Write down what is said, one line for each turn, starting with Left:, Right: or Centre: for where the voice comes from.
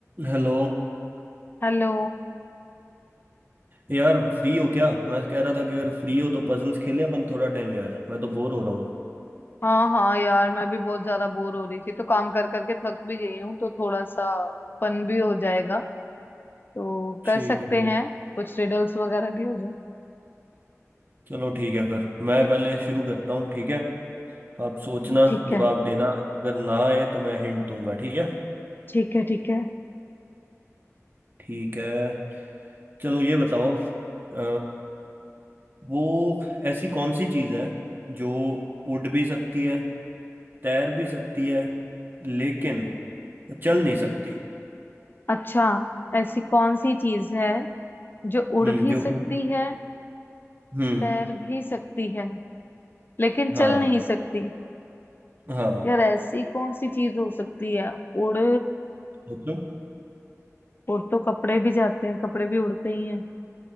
Right: Hello
Left: Hello
Right: यार free हो क्या मैं कह रहा था कि अगर फ्री हो तो पजल्स खेलें अपन थोड़ा टाइम यार मैं तो बोर हो रहा हूँ
Left: हाँ हाँ यार मैं भी बहुत ज्यादा बोर हो रही थी तो काम कर करके थक भी गई हूँ तो थोड़ा सा फन भी हो जाएगा तो
Right: ठीक
Left: कर सकते
Right: है चलो
Left: हैं कुछ रिडल्स वगैरह भी हो
Right: चलो ठीक है फिर मैं
Left: जाए
Right: पहले शुरू करता हूँ ठीक है आप सोचना
Left: ठीक
Right: जवाब
Left: है
Right: देना अगर ना आए तो मैं हिंट दूंगा ठीक है
Left: ठीक है ठीक है
Right: ठीक है चलो ये बताओ अ, वो ऐसी कौन सी चीज़ है जो उड़ भी सकती है तैर भी सकती है लेकिन चल नहीं सकती
Left: अच्छा ऐसी कौन सी चीज है जो उड़
Right: हम्म
Left: भी
Right: जो
Left: सकती
Right: उड़
Left: है
Right: हम्म
Left: तैर भी सकती है लेकिन चल
Right: हाँ
Left: नहीं सकती
Right: हाँ
Left: यार ऐसी कौन सी चीज हो सकती है उड़
Right: सोचो
Left: उड़ तो कपड़े भी जाते हैं कपड़े भी उड़ते ही हैं